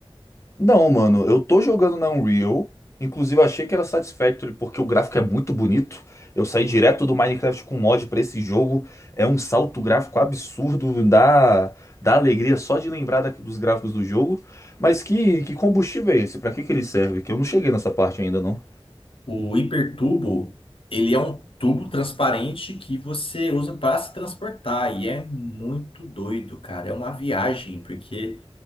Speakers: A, on the left; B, on the left.
A: Não, mano, eu tô jogando na Unreal. Inclusive, eu achei que era Satisfactory porque o gráfico é muito bonito. Eu saí direto do Minecraft com mod pra esse jogo. É um salto gráfico absurdo, dá, dá alegria só de lembrar da- dos gráficos do jogo. Mas que, que combustível é esse? Pra que que ele serve? Que eu não cheguei nessa parte ainda, não.
B: O hipertubo, ele é um tubo transparente que você usa para se transportar e é muito doido, cara. É uma viagem, porque